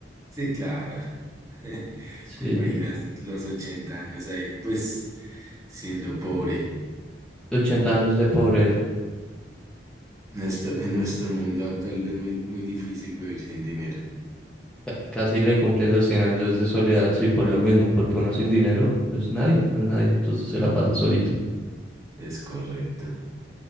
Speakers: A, on the right (about 15°); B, in the centre.
A: Sí, claro. <laughs>
B: Sí.
A: ¿Te imaginas los 80 años ahí, pues, siendo pobre?
B: Ochenta años de pobreza.
A: Nuestro, en nuestro mundo actual es muy, muy difícil vivir sin dinero.
B: Ca- Casi le cumplen los cien años de soledad, sí, por lo mismo, porque uno sin dinero, pues nadie, no es nadie, entonces se la pasa solito.
A: Es correcto.